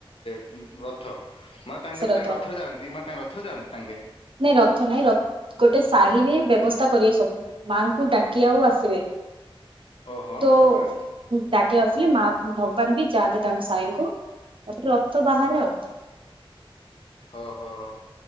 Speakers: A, on the left (about 70°); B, on the right (about 65°).
A: ହୁଁ ରଥ ମା ତାଙ୍କର
B: ରଥ
A: ତାଙ୍କ ରଥରେ ଯାଆନ୍ତି ମା ତାଙ୍କର ରଥରେ ଯାଆନ୍ତି ତାଙ୍କେ।
B: ନାଇଁ ରଥ ନାଇଁ ର ଗୋଟେ ସାହିରେ ବ୍ୟବସ୍ଥା କରିବେ ସବୁ ମାଆଙ୍କୁ ଡାକି ଆଉ ଆସିବେ।
A: ଓହୋ
B: ତାେ
A: ତାପରେ
B: ଡ଼ାକି ଆସିଲ ମା ଭଗବାନ ବି ଯାହା ଦେ ତାଙ୍କ ସାଇଙ୍କୁ ତାପରେ ରଥ ବାହାରେ ଆଉ
A: ଓହୋ।